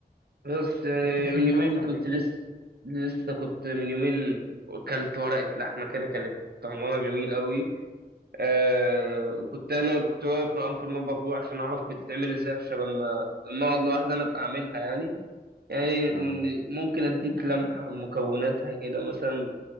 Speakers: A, on the right (about 75°); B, on the left (about 70°).
A: بس يعني
B: أنت عشان
A: من
B: متعود
A: يومين كنت
B: عليه
A: لسه لسه كنت من يومين اكلت ورقة لحمة كده كانت طعمها جميل قوي أه وكنت انا كنت واقف معاهم في المطبخ جوه عشان اعرف بتتعمل ازاي عشان لما لما اقعد لوحدي انا ابقى اعملها يعني يعني
B: اه
A: إن- ممكن اديك لمحة عن مكوناتها كده مثلا